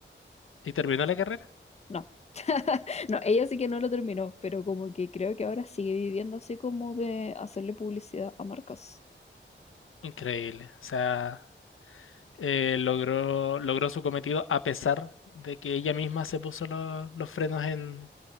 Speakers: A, on the left; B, on the left.
A: ¿Y terminó la carrera?
B: No. <laughs> No, ella sí que no lo terminó, pero como que creo que ahora sigue viviendo así como de hacerle publicidad a marcas.
A: Increíble. O sea, eh, logró, logró su cometido a pesar de que ella misma se puso lo- los frenos en,